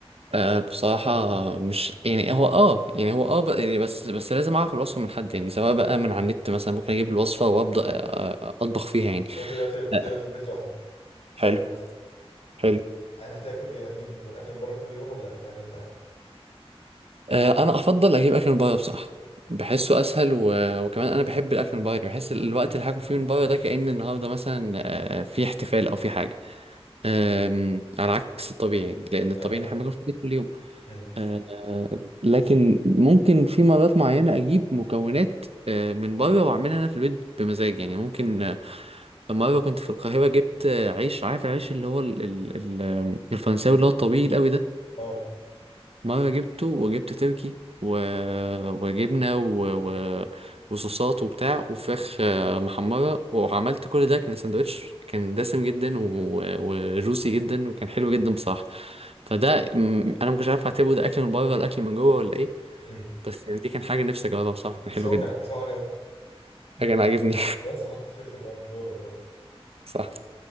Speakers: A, on the right; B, on the left.
A: آه بصراحة مش يعني هو اه يعني هو اه ب... يعني بس بس لازم اعرف الوصفة من حد يعني سواء بقى من على النت مثلا ممكن اجيب الوصفة وابدا آه، آه، اطبخ فيها يعني
B: يعني انت دلوقتي انت
A: آه،
B: دلوقتي في بيت لوحدك سكن
A: حلو
B: مثلا
A: حلو
B: هتاكل ايه هتجيب من اكل من بره كل يوم ولا هتعمل انت اكل
A: آه، انا افضل اجيب اكل من بره بصراحه بحسه اسهل و... وكمان انا بحب الاكل من بره يعني بحس الوقت اللي هاكل فيه من بره ده كأن النهارده مثلا آه، في احتفال او في حاجه آم، على عكس الطبيعي لان الطبيعي
B: ايوه فاهم
A: إن احنا بناكل في البيت كل يوم
B: امم
A: آه، آه، لكن ممكن في مرات معينه اجيب مكونات آه، من بره واعملها انا في البيت بمزاج يعني ممكن آه، مره كنت في القاهره جبت آه، عيش عارف العيش اللي هو ال- ال- ال- الفرنساوي اللي هو الطويل قوي ده
B: اه
A: مرة جبته وجبت تركي و... وجبنة و... و... وصوصات وبتاع وفراخ آه، محمرة وعملت كل ده كان سندوتش كان دسم جدا و... وجوسي جدا وكان حلو جدا بصراحة فده م، أنا مكنتش عارف أعتبره ده أكل من بره ولا أكل من جوه ولا إيه
B: امم
A: بس يعني دي كان حاجة نفسي أجربها بصراحة كان
B: مش
A: حلو
B: هو
A: جدا
B: كان مش هو عجبك
A: كان عاجبني
B: بس خلاص مش هتفرق بقى من جوه ولا من بره
A: <laughs> صح